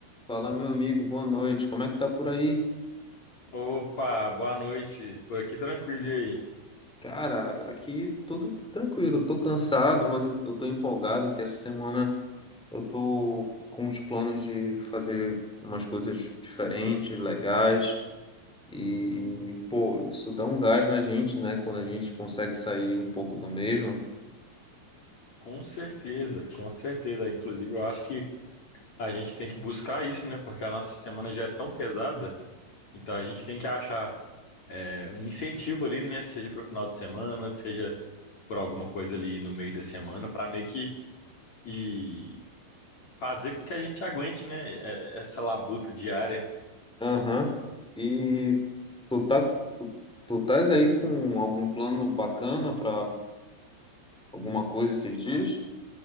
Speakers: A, in the centre; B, on the left.
A: Fala, meu amigo, boa noite. Como é que tá por aí?
B: Opa, boa noite. Por aqui tranquilo e aí?
A: Cara, aqui tudo tranquilo. Eu tô cansado, mas eu, eu tô empolgado que essa semana eu tô com os planos de fazer umas coisas diferentes, legais. E, pô, isso dá um gás na gente, né? Quando a gente consegue sair um pouco do mesmo.
B: Com certeza, com certeza. Inclusive, eu acho que a gente tem que buscar isso, né? Porque a nossa semana já é tão pesada, então a gente tem que achar é, um incentivo ali, né? Seja para o final de semana, seja por alguma coisa ali no meio da semana, para meio que, que fazer com que a gente aguente, né? é- Essa labuta diária.
A: Aham. E tu tá, tu, tu estás aí com algum plano bacana pra alguma coisa esses dias?